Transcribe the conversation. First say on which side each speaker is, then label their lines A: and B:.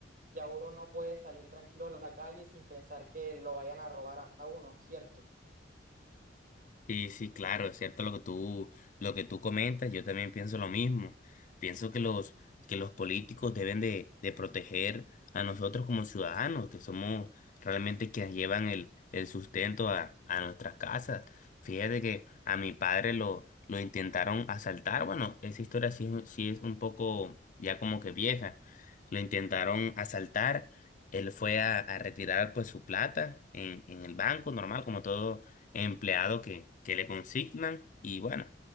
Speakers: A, on the right; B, on the left.
A: ya uno no puede salir tranquilo a la calle sin pensar que lo vayan a robar a uno, ¿cierto?
B: Sí, sí, claro, es cierto lo que tú, lo que tú comentas, yo también pienso lo mismo. Pienso que los, que los políticos deben de, de proteger a nosotros como ciudadanos, que somos realmente quienes llevan el, el sustento a, a nuestras casas. Fíjate que a mi padre lo, lo intentaron asaltar, bueno, esa historia sí, es- sí es un poco ya como que vieja. Lo intentaron asaltar, él fue a, a retirar pues su plata en, en el banco normal, como todo empleado que, que le consignan y bueno,